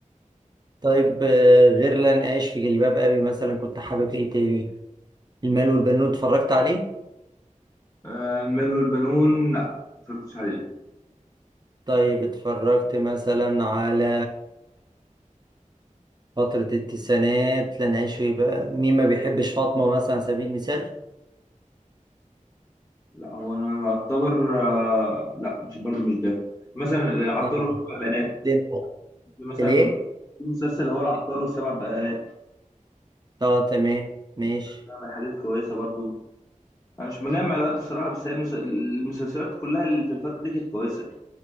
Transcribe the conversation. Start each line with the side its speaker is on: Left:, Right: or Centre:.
Right: طيب آه غير لن أعيش في جلباب أبي مثلا كنت حابب إيه تاني المال والبنون اتفرجت عليه
Left: آه المال والبنون لا ما اتفرجتش عليه
Right: طيب اتفرجت مثلا على فترة التسعينات لن أعيش في بقى مين ما بيحبش فاطمة مثلا على سبيل المثال
Left: لا هو أنا أعتبر آه لا مش برضه مش ده مثلا العطار
Right: <laughs> آه.
Left: والسبع بنات
Right: ليه
Left: في مثلا
Right: ليه؟
Left: في مسلسل هو العطار والسبع بنات
Right: اه تمام ماشي
Left: ده من الحاجات الكويسة برضه أنا مش مجمع الوقت الصراحة بس هي المس- المسلسلات كلها اللي في الفترة دي كانت كويسة